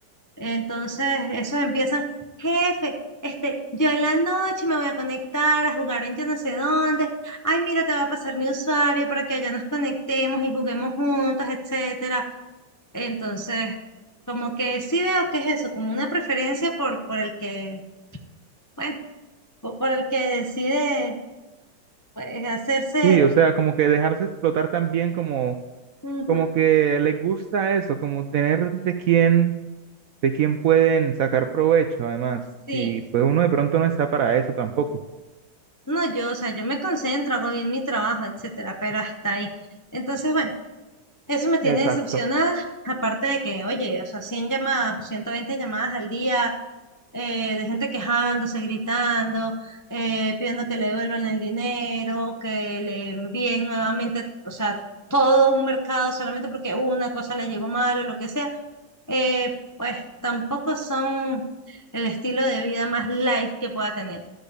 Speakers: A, on the left; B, on the right.
A: Entonces, esos empiezan, jefe, este, yo en la noche me voy a conectar a jugar en yo no sé dónde. Ay, mira, te voy a pasar mi usuario para que allá nos conectemos y juguemos juntos, etcétera. Entonces, como que sí veo que es eso, como una preferencia por, por el que, bueno, po- por el que decide, pues, hacerse,
B: Sí, o sea, como que dejarse explotar también como,
A: ujú,
B: como que les gusta eso, como tener de quién, de quién pueden sacar provecho, además.
A: sí.
B: Y pues uno de pronto no está para eso tampoco.
A: No, yo, o sea, yo me concentro, hago bien mi trabajo, etcétera, pero hasta ahí. Entonces, bueno. Eso me tiene
B: Exacto,
A: decepcionada, aparte de que, oye, o sea, 100 llamadas, 120 llamadas al día, eh, de gente quejándose, gritando, eh, pidiendo que le devuelvan el dinero, que le envíen nuevamente, o sea, todo un mercado solamente porque una cosa le llegó mal o lo que sea, eh, pues tampoco son el estilo de vida más light que pueda tener.